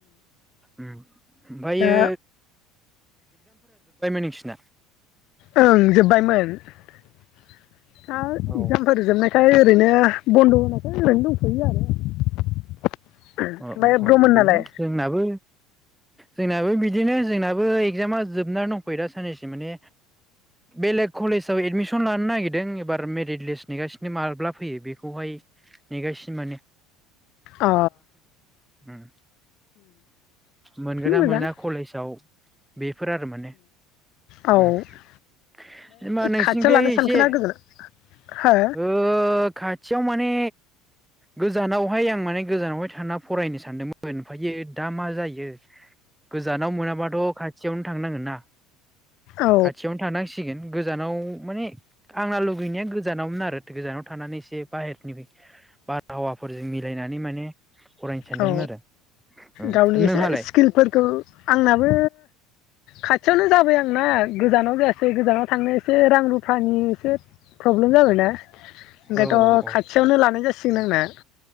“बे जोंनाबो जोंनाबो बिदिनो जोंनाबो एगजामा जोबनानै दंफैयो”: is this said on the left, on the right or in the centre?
Centre